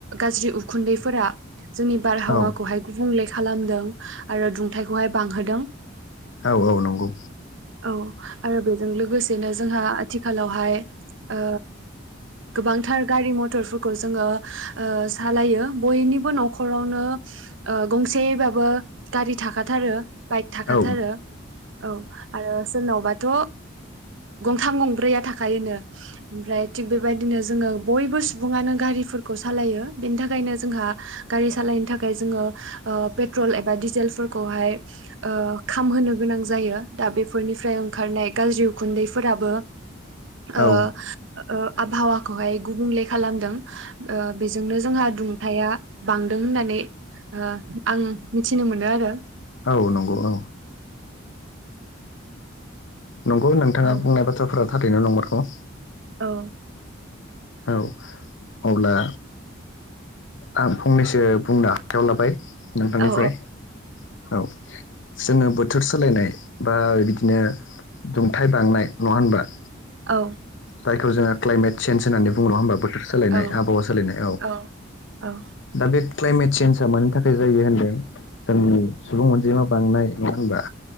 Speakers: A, on the right; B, on the left.
A: गाज्रि उखुन्दैफोरा जोंनि बारहावाखौहाय
B: औ
A: गुबुंले खालामदों आरो दुंथाइखौहाय बांहोदों
B: औ औ नंगौ
A: औ आरो बेजों लोगोसेनो जोंहा आथिखालावहाय ओ गोबांथार गारि मथरफोरखौ जोङो ओ सालायो बयनिबो न' खरावनो ओ गंसेबाबो गारि थाखाथारो बाइक थाखाथारो
B: औ
A: औ आरो सोरनावबाथ' गंथाम गंब्रैया थाखायोनो ओमफ्राय थिग बेबायदिनो जोङो बयबो सुबुङानो गारिफोरखौ सालायो बेनि थाखायनो जोंहा गारि सालायनो थाखाय जोङो ओ पेट्रल एबा डिजेलफोरखौहाय ओ खामहोनो गोनां जायो दा बेफोरनिफ्राय ओंखारनाय गाज्रि उखुन्दैफोराबो ओ ओ
B: औ
A: आबहावाखौहाय गुबुंले खालामदों ओ बेजोंनो जोंहा दुंथाया बांदों होननानै ओ आं मिथिनो मोनो आरो
B: औ नंगौ औ नंगौ नोंथाङा
A: औ
B: बुंनाय बाथ्राफोरा थारैनो नंमारगौ
A: औ
B: औ अब्ला आं फंनैसो बुंनो आखायाव लाबाय नोंथांनिफ्राय
A: औ
B: औ जोङो बोथोर सोलायनाय बा बिदिनो दुंथाइ बांनाय नङा होनबा
A: औ
B: जाय जोङो क्लाइमेटचन होननावै बुङो नङा होमबा बोथोर सोलायनाय
A: औ
B: आबहावा सोलायनाय
A: औ औ
B: दा बे क्लाइमेट चेन्जआ मानि थाखाय जायो होनदों जोंनि सुबुं अनजिमा बांनाय नङा होनबा